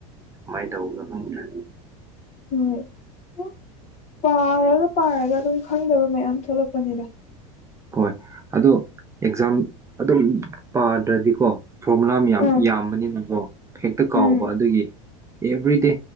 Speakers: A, on the right (about 15°); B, on the left (about 40°).
A: ꯃꯥꯏꯟ ꯇꯧꯕꯅꯣ ꯈꯪꯗ꯭ꯔꯦ
B: ꯍꯝ ꯅ ꯄꯥꯔꯒ ꯄꯥꯔꯒ ꯑꯗꯨꯝ ꯈꯪꯗꯕ ꯃꯌꯥꯝ ꯊꯣꯛꯂꯛꯄꯅꯤꯗ
A: ꯍꯣꯏ ꯑꯗꯣ ꯑꯦꯛꯖꯥꯝ ꯑꯗꯨꯝ ꯄꯥꯗ꯭ꯔꯗꯤꯒꯣ ꯐꯣꯔꯃꯨꯂꯥ ꯃꯌꯥꯝ
B: ꯑꯥ
A: ꯌꯥꯝꯕꯅꯤꯅꯒꯣ ꯍꯦꯛꯇ ꯀꯥꯎꯕ
B: ꯎꯝ
A: ꯑꯗꯨꯒꯤ ꯑꯦꯕ꯭ꯔꯤꯗꯦ